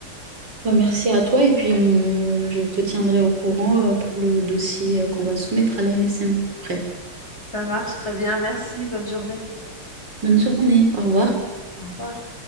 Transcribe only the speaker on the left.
Ça marche très bien. Merci. Bonne journée.
Au revoir.